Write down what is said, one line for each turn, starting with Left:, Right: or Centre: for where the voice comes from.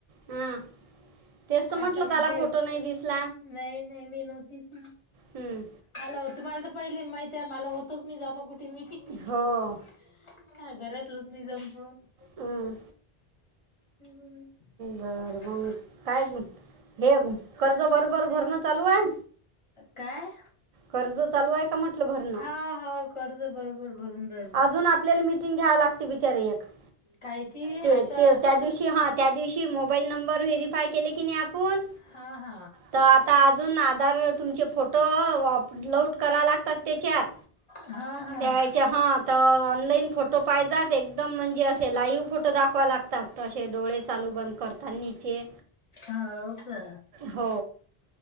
Right: हा तेच तर म्हटलं
Left: आता मग
Right: त्याला
Left: ते
Right: फोटो नाही दिसला
Left: नाही नाही मी नव्हतीच ना
Right: हं.
Left: हॅलो तुम्हाला तर पहिले माहित आहे मला होतच नाही जाण कुठे मी का
Right: हो
Left: घरातलंच नाही जमपवत
Right: हं.
Left: हम्म
Right: बरं काय
Left: <inaudible>
Right: हे <unintelligible> कर्ज बरोबर भरणं चालू आहे
Left: काय
Right: कर्ज चालू आहे का म्हटलं भरण
Left: हा हो कर्ज बरोबर भरून राहिलो.
Right: अजून आपल्याला मिटिंग घ्याव लागते <unintelligible>
Left: कायती
Right: ते
Left: आता
Right: ते त्या दिवशी हां त्या दिवशी मोबाईल नंबर व्हेरीफाय केले की नाही आपण
Left: हा हा.
Right: तर आता अजून आधार तुमचे फोटो अपलोड करा लागतात त्याच्यात
Left: हा हा
Right: त्याच्या हा तर ऑनलाईन फोटो पाहिजात एकदम म्हणजे असे लाइव्ह फोटो दाखवा लागतात असे डोळे चालू बंद करतात निचे
Left: हो का
Right: हो